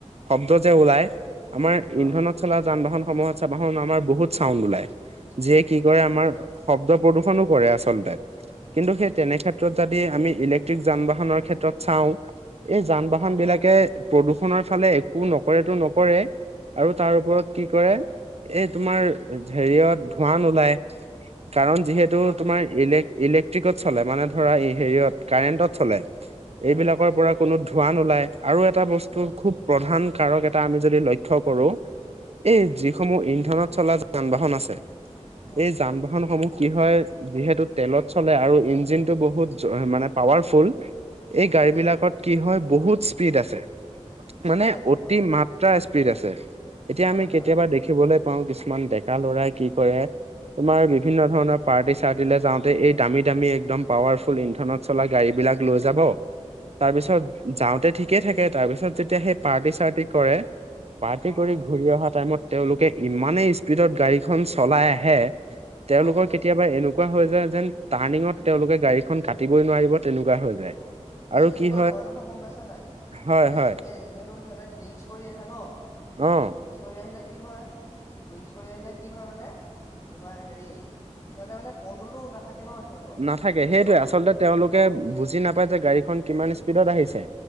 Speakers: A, on the right; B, on the left.
A: শব্দ যে ওলাই
B: অ',
A: আমাৰ ইন্ধনত
B: অ',
A: চলা যান বাহন সময়ত চাব হোন আমাৰ বহুত চাউন্ড ওলায়, যিয়ে
B: বহুত
A: কি কৰে
B: চাউণ্ড
A: আমাৰ
B: ওলাই হয়, হয়,
A: শব্দ প্ৰ কিনো কৰে আচলতে, কিন্তু তেনে ক্ষেত্ৰত যদি আমি ইলেক্ট্ৰিক যান বাহনৰ ক্ষেত্ৰত চাওঁ, এই যান বাহন
B: অ',
A: বিলাকে প্ৰদূষণৰ ফালে একো নকৰেতো নকৰে আৰু তাৰ ওপৰত কি কৰে
B: হয়, হয়,
A: এই তোমাৰ হেৰিয়ত
B: উম,
A: ধুৱা নুলাই কাৰণ, যিহেতু
B: ধোঁৱা
A: তোমাৰ
B: নোলায় অ',
A: ইলেক ইলেক ট্ৰিকত চলে মানে ধৰা এ হেৰিত কাৰেণ্টত
B: অ',
A: চলে।
B: কাৰেণ্টত
A: এইবিলাকৰ
B: চলে
A: পৰা
B: হয়,
A: কোনো ধোঁৱ নোলাই আৰু এটা বস্তু
B: ধোঁৱা নোলায়,
A: খুব প্ৰধান কাৰক এটা আমি যদি লক্ষ থ কৰোঁ এই
B: উম,
A: যিসমূহ ইন্ধনত চলা যান বাহন আছে,
B: অ',
A: এই যান বাহন সমূহ কি হয় যিহেতু তেলত চলে আৰু ইঞ্জিন বহুত মানে পাৱাৰফুল, এই গাড়ী
B: উম, উম,
A: বিলাকত কি হয় বহুত স্পীড আছে।
B: স্পীড
A: মানে
B: আছে
A: অতি
B: হয়, হয়,
A: মাত্ৰা স্পীড আছে। এতিয়া
B: হয়,
A: আমি কেতিয়াবা
B: হয়,
A: দেখিবলৈ পাওঁ কিছুমান ডেকা লৰাই কি কৰে তোমাৰ
B: উম,
A: বিভিন্ন ধৰণৰ চাৰ দিল যাওঁতে এই দামী দামী একদম পাৱাৰফুল ইন্ধনত চলা গাড়ী বিলাক লৈ যাব। তাৰপিছত
B: অ',
A: যাওঁতে ঠিকে থাকে তাৰপিছত যেতিয়া সেই পাৰ্টি চাৰ্টি কৰে, পাৰ্টি
B: অ',
A: কৰি ঘূৰি অহা টাইমত তেওঁলোকে ইমানে স্পীডত গাড়ীখন চলাই আহে তেওঁলোকৰ
B: অ',
A: কেতিয়াবা এনেকুৱা হয় যেন টাৰ্নিঙত তেওঁলোকে গাড়ীখন কাটিবই নোৱাৰিব তেনেকুৱা হৈ যায়।
B: অ', এ
A: আৰু
B: তেনেকুৱা
A: কি
B: হয় নহয় গম পাইছা নাই?
A: হয়
B: মানে
A: হয়
B: এ যিহেতু সিহঁতে ড্ৰিংকচ কৰি আহে ন'
A: অ
B: ড্ৰিংকচ কৰি আহিলে কি হয় ড্ৰিংকচ কৰি আহিলে কি হয় মানে তোমাৰ হেৰি সিহঁতে মানে কন্দলটো নাথাকে ন সিহঁতৰ
A: নাথাকে
B: নিজৰ
A: সেইটোৱে
B: ওপৰত,
A: আচলতে তেওঁলোকে
B: অ',
A: বুজি নাপায় যে গাড়ীখন কিমান স্পীডত আহিছে।